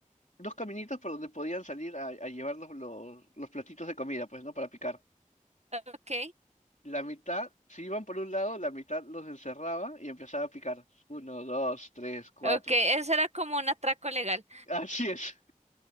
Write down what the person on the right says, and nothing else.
Ok,
ok, eso era como un atraco legal.